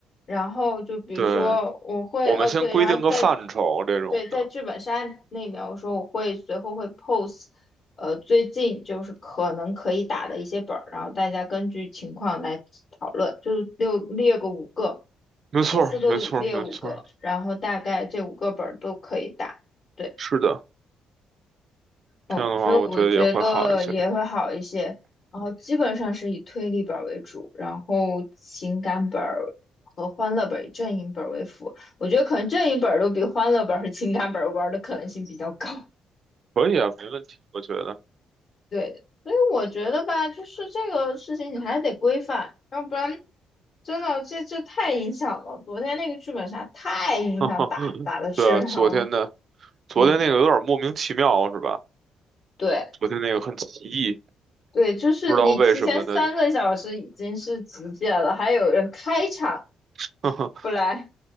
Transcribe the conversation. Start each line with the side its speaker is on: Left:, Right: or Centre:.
Left: 然后就比如说我会，
Right: 对，我们先规定个范畴这种的。
Left: 呃，对，然后在对在剧本杀那面，我说我会随后会 p o s e 呃，最近就是可能可以打的一些本儿，然后大家根据情况来讨论，就是六列个五个，
Right: 没错儿，
Left: 每次都列五个，
Right: 没错儿，没错儿，
Left: 然后大概这五个本儿都可以打，对，
Right: 是的。
Left: 嗯，
Right: 这样的话，
Left: 所以我觉得也会好一些。
Right: 我觉得也会好一些。
Left: 然后基本上是以推理本儿为主，然后情感本儿和欢乐本儿以阵营本儿为辅。我觉得可能阵营本儿都比欢乐本儿和情感本儿玩儿的可能性比较高。
Right: 可以啊，没问题，我觉得。
Left: 对，所以我觉得吧，就是这个事情你还得规范，要不然真的这这太影响了。昨天那个剧本杀太影响打打的质量了。
Right: <laughs> 对啊，昨天的，昨天那个有点莫名其妙，
Left: 嗯，
Right: 是吧？
Left: 对。
Right: 昨天那个很奇异，
Left: 对，就是你提前三个小时已经是极限了，
Right: 不知道为什么的。
Left: 还有人开场
Right: <laughs>
Left: 不来，